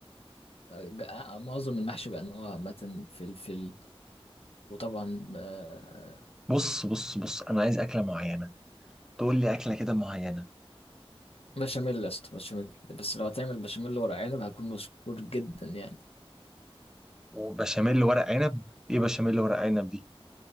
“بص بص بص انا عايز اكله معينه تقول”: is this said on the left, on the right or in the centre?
Centre